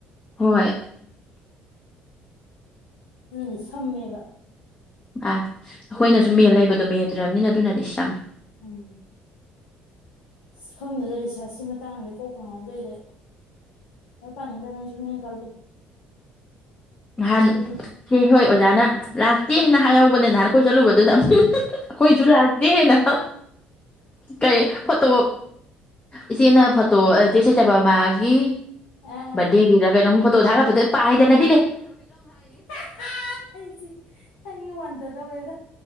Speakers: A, on the left; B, on the left.
A: ꯍꯣꯏ
B: ꯎꯝ ꯁꯝꯃꯦꯕ
A: ꯑ ꯑꯩꯈꯣꯏꯅꯁꯨꯨꯝ ꯃꯦꯟ ꯂꯩꯕꯗꯣ ꯃꯦꯟꯗ꯭ꯔꯕꯅꯤꯅ ꯑꯗꯨꯅꯗꯤ ꯁꯤꯝꯃꯦ
B: ꯎꯝ ꯁ ꯈꯪꯗꯗ ꯔꯤꯁꯥꯔꯁꯀꯤ ꯃꯇꯥꯡꯁꯦ ꯀꯣꯛꯀ ꯉꯥꯎꯖꯩꯗ ꯍ ꯄ ꯏꯗꯁꯨꯃꯤꯅ ꯀ ꯂꯩ
A: ꯅꯍꯥꯟ
B: ꯑꯩꯗꯤ
A: ꯍꯦ ꯍꯣꯏ ꯑꯣꯖꯥꯅ ꯂꯥꯛꯇꯦꯅ ꯍꯥꯏꯍꯧꯕꯅꯦ ꯅꯍꯥꯟ ꯑꯩꯈꯣꯏ ꯆꯠꯂꯨꯕꯗꯨꯗ ꯑꯩꯈꯣꯏꯁꯨ ꯂꯥꯛꯇꯦꯅ ꯀꯩ ꯐꯣꯇꯣ ꯏꯆꯦꯅ ꯐꯣꯇꯣ ꯏꯆꯦ ꯁꯩꯇꯕꯃꯥꯒꯤ
B: ꯑꯥ
A: ꯗꯤ ꯒꯤꯔ ꯀꯩꯩꯅ ꯊ ꯄꯥꯏꯗꯅ
B: ꯍ ꯑꯩ ꯋꯥꯗꯗꯧꯋꯦꯗ